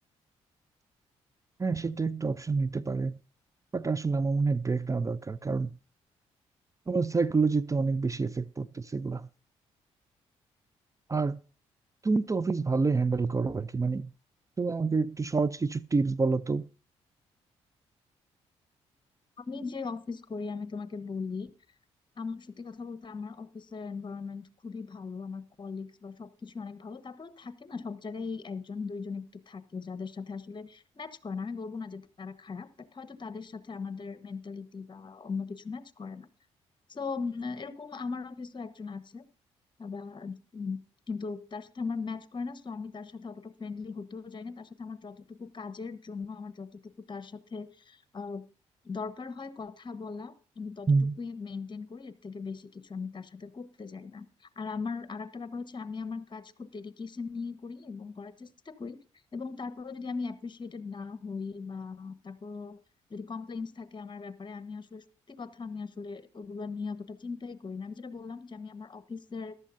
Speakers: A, on the right; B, on the left.
A: হ্যাঁ সেটা একটা অপশন নিতে পারে বাট আসলে আমার মনে হয় ব্রেক নেওয়া দরকার কারণ আমার সাইকোলজিতে অনেক বেশি এফেক্ট পড়তেছে এগুলা আর তুমি তো অফিস ভালোই হ্যান্ডেল করো আর কি মানে তুমি আমাকে একটু সহজ কিছু টিপস বলো তো
B: আমি যে অফিস করি আমি তোমাকে বলি আমার সত্যি কথা বলতে আমার অফিসের এনভায়রনমেন্ট খুবই ভালো আমার কলিগস বা সবকিছু অনেক ভালো তারপরে থাকে না সব জায়গায় একজন দুইজন একটু থাকে যাদের সাথে আসলে ম্যাচ করে না আমি বলবো না যে তারা খারাপ বাট হয়তো তাদের সাথে আমাদের মেন্টালিটি বা অন্য কিছু ম্যাচ করে না তো এরকম আমার অফিসও একজন আছে আবার উম, কিন্তু তার সাথে আমার ম্যাচ করে না তো আমি তার সাথে অতটা ফ্রেন্ডলি হতেও চাই না তার সাথে আমার যতটুকু কাজের জন্য আমার যতটুকু তার সাথে আহ, দরকার হয় কথা বলা আমি ততটুকুই
A: হুম
B: মেনটেন করি এর থেকে বেশি কিছু আমি তার সাথে করতে চাই না আর আমার আরেকটা ব্যাপার হচ্ছে আমি আমার কাজ খুব ডেডিকেশন নিয়ে করি এবং করার চেষ্টা করি এবং তারপরে যদি আমি অ্যাপ্রিসিয়েটেড না হই বা তারপর যদি কমপ্লেইন্স থাকে আমার ব্যাপারে আমি আসলে সত্যি কথা আমি আসলে ওগুলো নিয়ে অতটা চিন্তাই করি না আমি যেটা বললাম যে আমি আমার অফিসের